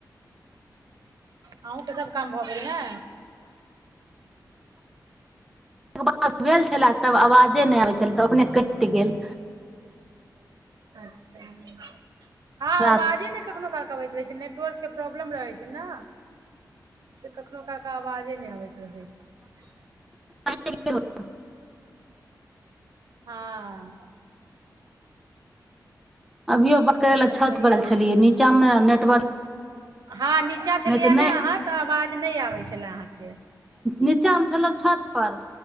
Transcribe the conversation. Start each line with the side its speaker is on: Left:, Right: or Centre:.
Right: अहूँके सब काम भऽ गेल ने
Centre: बाद भेल छलय तब आवाजे नहि आबै छलय तऽ अपने कटि गेल
Right: अच्छा हँ‌
Centre: राति।
Right: आबाजे ने कखनो कालके अबैत रहै छै नेटवर्क के प्रॉब्लम रहै छै ने से कखनो काल कऽ आवाजे नहि अबैत रहै छै
Centre: <inaudible> <unintelligible>
Right: हँ
Centre: अभियो बात
Right: आओर
Centre: करय लए
Right: सब
Centre: छत
Right: कहियौ
Centre: पड़ल छलियै नीचाँमे ने नेटवर्क
Right: हँ नीचाँ छलियै
Centre: नहि तऽ नहि
Right: ने अहाँ तऽ आवाज नहि आबै छलए अहाँके
Centre: नीचा मे छल छत पर